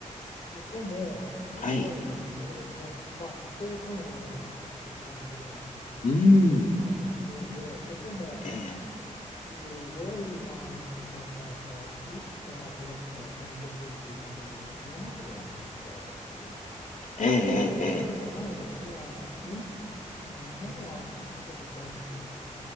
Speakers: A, on the left; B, on the left.
A: そこもすごいなんかまるでか火星かのような感じの
B: はい。うん。
A: 風景なところでそこも
B: ええ。
A: すごいなんかもう一歩間違ったら谷底っていうところがもう山ほどありましたし
B: ええ。ええ。
A: アメリカだけじゃないですよねあのに、
B: ええ
A: まあ、日本はそ整備してありますけど、